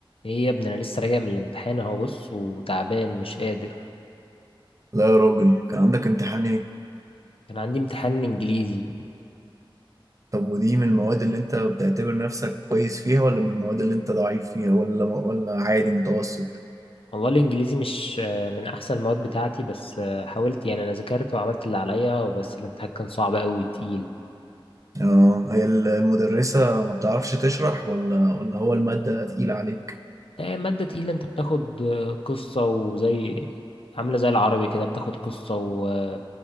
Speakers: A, on the left; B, on the right.
A: ايه يا ابني انا لسه راجع من الامتحان اهو بص وتعبان مش قادر
B: لا يا راجل كان عندك امتحان ايه
A: كان عندي امتحان انجليزي
B: طب ودي من المواد اللي انت بتعتبر نفسك كويس فيها ولا من المواد اللي انت ضعيف فيها ولا ولا عادي متوسط
A: والله الانجليزي مش آه، من احسن المواد بتاعتي بس آه، حاولت يعني انا ذاكرت وعملت اللي عليا وبس الامتحان كان صعب قوي تقيل
B: اه هي المدرسة ما بتعرفش تشرح ولا ولا هو المادة تقيلة عليك
A: آه، مادة تقيلة انت بتاخد آه، قصة وزي عاملة زي العربي كده بتاخد قصة و-